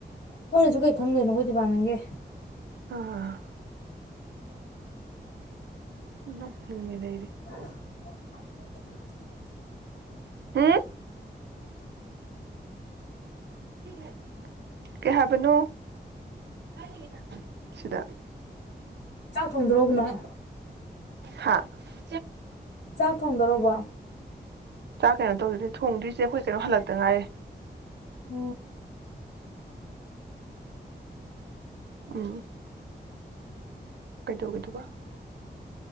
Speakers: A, on the left; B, on the right.
A: ꯃꯣꯏꯅꯁꯨ ꯀꯩ ꯈꯪꯗꯣꯏꯅꯣ ꯑꯩꯈꯣꯏ ꯗꯤꯄꯥꯃꯦꯟꯒꯤ
B: ꯑ ꯅꯣꯛꯅꯤꯡꯉꯦꯗ ꯑꯩꯗꯤ
A: <inaudible>
B: ꯍꯥ <unintelligible> ꯀꯩ ꯍꯥꯏꯕꯅꯣ <unintelligible> ꯁꯤꯗ
A: ꯆꯥꯛ ꯊꯣꯡꯗ꯭ꯔꯣꯕꯣ ꯅꯣꯏ
B: ꯍꯥꯥ <unintelligible>
A: ꯆꯥꯛ ꯊꯣꯡꯗꯣꯔꯕꯣ
B: ꯆꯥꯛ ꯀꯩꯅꯣ ꯇꯧꯗꯔꯤ ꯊꯣꯡꯗ꯭ꯔꯤ ꯏꯆꯦ ꯑꯩꯈꯣꯏ ꯀꯩꯅꯣ ꯍꯜꯂꯛꯇ ꯉꯥꯏꯔꯤ
A: ꯎ
B: ꯎꯝ ꯀꯩꯗꯧꯒꯤꯗꯨꯕ